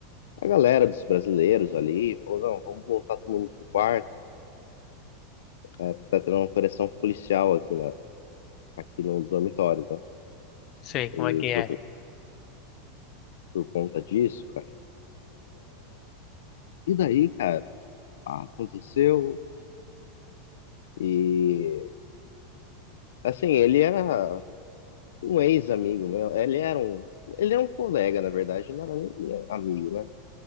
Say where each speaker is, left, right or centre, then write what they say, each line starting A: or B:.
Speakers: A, on the left; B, on the left.
A: a galera dos brasileiros ali, falou, não, vamos voltar todo mundo pro quarto, né, tá tendo uma operação policial aqui, na, aqui no dormitório, né?
B: Sei como
A: E
B: é que é.
A: por, co- por conta disso, cara E daí, cara, ah, aconteceu. E assim, ele era um ex-amigo meu. Ele era um, ele era um colega, na verdade, não era nem amigo, né?